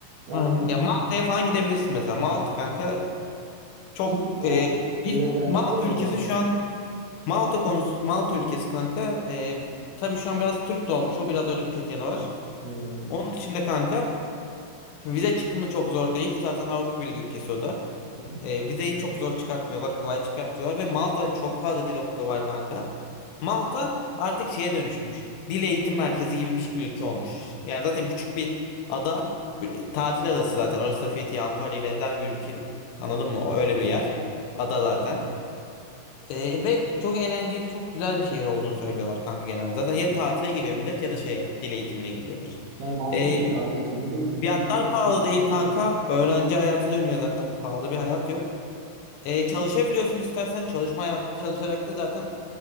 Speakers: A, on the right; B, on the left.
A: Yani
B: Aynen. Ya Malta'ya falan gidebilirsin mesela. Malta kanka çok
A: iyi
B: e,
A: o
B: bir
A: öne yani
B: Malta
A: şey mi o
B: ülkesi
A: konuda?
B: şu an Malta konusu Malta ülkesi kanka e, tabii şu an biraz Türk de olmuş. O biraz öyle bir kötü yanı var.
A: Hmm.
B: Onun dışında kanka vize çıkımı çok zor değil. Zaten Avrupa Birliği ülkesi o da.
A: hı hı.
B: E, vizeyi çok zor çıkartmıyorlar, kolay çıkartıyorlar ve Malta'da çok fazla dil okulu var kanka. Malta artık şeye dönüşmüş. Dil eğitim merkezi gibi bir ülke olmuş. Yani zaten küçük bir ada, bir tatil adası zaten. Orası da Fethiye, Antalya'ya benzer bir ülke. Anladın mı? O Öyle bir yer. Ada zaten. E, ve çok eğlenceli, çok güzel bir şehir olduğunu söylüyorlar kanka genelde. Zaten ya tatile geliyor millet ya da şeye, dil eğitimine geliyorlar.
A: Yani mantıklı
B: E,
A: kanka işte dil eğitimi
B: fiyatlar
A: için yurt
B: pahalı
A: dışına gitmek
B: değil
A: çok
B: kanka.
A: mantıklı.
B: Öğrenci hayatı dönüyor zaten. Pahalı bir hayat yok. E, çalışabiliyorsun istersen çalışma hayat, çalışarak da zaten